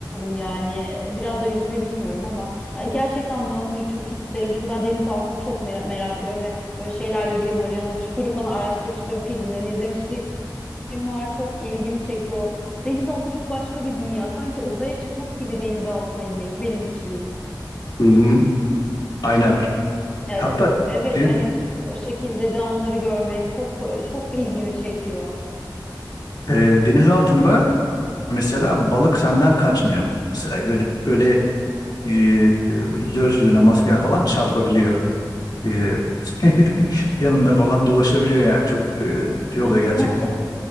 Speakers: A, on the left (about 15°); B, on the left (about 60°).
A: yani. Biraz da yüzme bilmiyorum ama gerçekten dalmayı çok isterim. Çünkü ben deniz altını çok mera- merak ediyorum ve böyle şeylerle ilgili Mariana Çukuru falan araştırmıştım, filmlerini izlemiştim film var çok ilgimi çekiyor. Denizaltı çok başka bir dünya. Sanki uzaya çıkmak gibi denizaltına inmek benim için.
B: Hı-hı. Aynen.
A: Yani,
B: Hatta
A: evet
B: de-
A: yani o şekilde canlıları görmek çok çok ilgimi çekiyor.
B: e, deniz altında mesela balık senden kaçmıyor. Mesela böyle, böyle e, e, gözlüğüne, maskene falan çarpabiliyor. E, <laughs> yanına falan dolaşabiliyor yani çok e, şey oluyor
A: <laughs>
B: gerçekten.